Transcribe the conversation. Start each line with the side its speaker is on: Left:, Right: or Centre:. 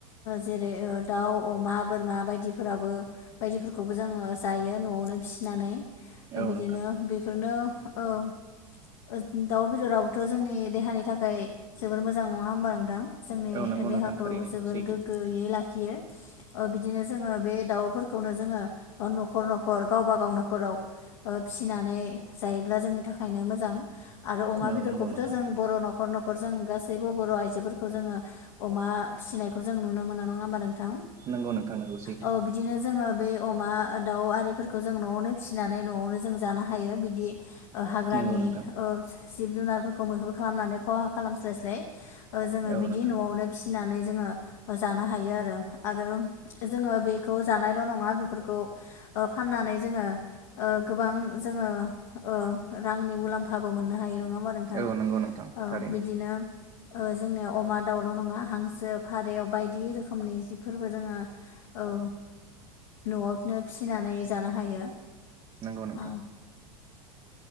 Left: जेरै दाउ अमा बोरमा बायदिफोराबो बायदिफोरखौबो जोङो जायो न'आवनो फिसिनानै
Right: औ
Left: बिदिनो
Right: नोंथां
Left: बेफोरनो औ दाउ बेदराबोथ' जोंनि देहानि थाखाय जोबोर मोजां नङा होमबा नोंथां जोंनि
Right: औ नंगौ
Left: देहाखौ
Right: नोंथां थारैनो
Left: जोबोर
Right: सैथो
Left: गोग्गोयै लाखि बियो बिदिनो जोङो बे दाउफोरखौनो जोङो न'खर न'खर गावबागाव न'खराव फिसिनानै जायोब्ला जोंनि थाखायनो मोजां आरो अमा
Right: औ
Left: बेदरखौबोथ'
Right: नंगौ नोंथां
Left: जों बर' न'खर न'ख न'खर जों गासैबो बर' आइजोफोरखौ जोङो अमा फिसिनायखौ जों नुनो मोनो नङा होमबा नोंथां
Right: नंगौ नोंथां सैथो
Left: औ बिदिनो जोङो बे अमा दाउ आरिफोरखौ जों न'आवनो फिसिनानै न'आवनो जों जानो हायो बिदि हाग्रानि
Right: नंगौ नोंथां
Left: ओ जिब जुनारफोरखौ मैहुर खालामनानै खहा खालामस्लायस्लाय जोङो
Right: औ
Left: बिदि
Right: नोंथां
Left: न'आवनो फिसि फिसिनानै जोङो जानो हायो आरो आरो जोङो बेखौ जानायल' नङा बेफोरखौ फाननानै जोङो ओ गोबां जोङो ओ रांनि मुलाम्फाबो मोननो हायो नङा होमबा नोंथां
Right: औ नंगौ नोंथां
Left: औ
Right: थारैनो
Left: बिदिनो ओ जोंनिया अमा, दाउल' नङा हांसो, फारौ बायदि रोखोमनि जिब फोरबो जोङो औ न'आवनो फिसिनानै जानो हायो
Right: नोंगौ नोंथां
Left: ओ